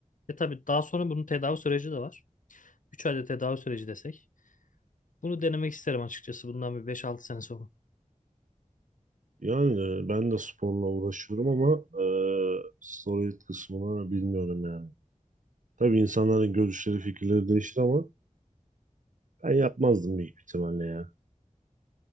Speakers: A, on the left; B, on the right.
A: Ve tabii daha sonra bunun tedavi süreci de var. 3 ayda tedavi süreci desek. Bunu denemek isterim açıkçası bundan bir beş altı sene sonra.
B: Yani e, ben de sporla uğraşıyorum ama e, steroid kısmını bilmiyorum yani. Tabii insanların görüşleri, fikirleri değişti ama ben yapmazdım büyük ihtimalle ya.